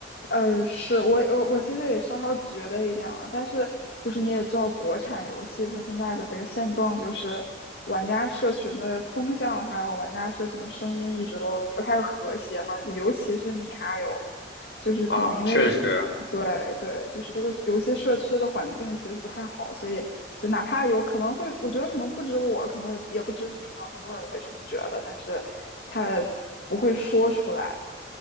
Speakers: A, on the left; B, on the left.
A: 呃，是我我我其实也稍稍觉得一点啊，但是就是你也知道，国产游戏它现在的这个现状就是，玩家社群的风向还有玩家社群的声音一直都不太和谐嘛，就尤其是米哈游，就是可能因为
B: 啊，确实，
A: 对对，就是这个游戏社区的环境其实不太好，所以就哪怕有可能会，我觉得可能不止我，可能会也不止你，可能很多人都会这么觉得，但是他不会说出来。